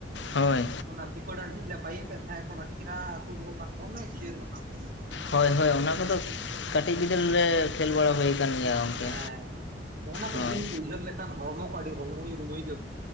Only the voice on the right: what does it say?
ᱚᱱᱟ ᱯᱤᱯᱟᱹ ᱰᱟᱱᱴᱤᱡ ᱞᱮ ᱯᱟᱭᱤᱯ ᱮ ᱛᱟᱦᱮᱸᱫ ᱮᱫᱚᱢ ᱟᱹᱰᱤ ᱪᱮᱦᱨᱟ ᱟᱹᱛᱩ ᱩᱰᱩᱠᱚᱜ ᱠᱟᱱ ᱫᱚᱢᱮ ᱠᱷᱮᱞ ᱚᱱᱟ ᱠᱚᱫᱚ
ᱦᱩᱸ
ᱦᱮᱸᱜ
ᱚᱱᱟ ᱠᱚ
ᱫᱤᱱ ᱠᱚ ᱩᱭᱦᱟᱹᱨ ᱞᱮᱠᱷᱟᱱ ᱦᱚᱲᱢᱚ ᱠᱚ ᱟᱹᱰᱤ ᱨᱩᱢᱩᱭ ᱨᱩᱢᱩᱭ ᱜᱮ ᱵᱩᱡᱷᱟᱹᱜ